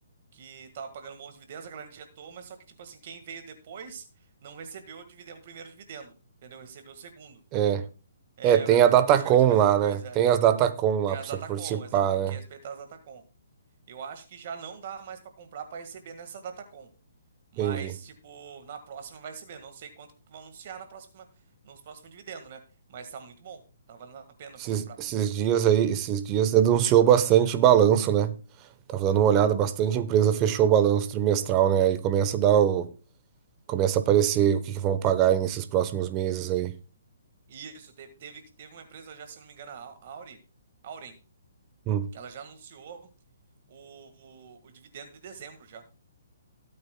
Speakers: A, on the right; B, on the right.
A: que tava pagando bons dividendos, a galera injetou, mas só que, tipo assim, quem veio depois não recebeu o dividendo, o primeiro dividendo, entendeu? Recebeu o segundo.
B: É.
A: É,
B: É, tem
A: é pra-
B: a Datacom
A: é praticamente a mesma
B: lá,
A: coisa.
B: né?
A: é.
B: Tem as Datacom lá
A: Tem as
B: pra você
A: Atacom,
B: participar,
A: exato, tem
B: né?
A: que respeitar as Atacom. Eu acho que já não dá mais para comprar para receber nessa Datacom. Mas,
B: Entendi.
A: tipo, na próxima vai receber. Não sei quanto que vão anunciar na próxima, nos próximos dividendos, né? Mas tá muito bom. Tá valendo a pena
B: Esses,
A: para comprar.
B: esses dias aí, esses dias denunciou bastante balanço, né? Tava dando uma olhada, bastante empresa fechou o balanço trimestral, né? Aí começa a dar o, começa a aparecer o que que vão pagar aí nesses próximos meses aí.
A: E Isso, teve, teve, que- teve uma empresa já, se eu não me engano, a Au- Auri, Auren,
B: Hum.
A: que ela já anunciou o, o, o dividendo de dezembro já.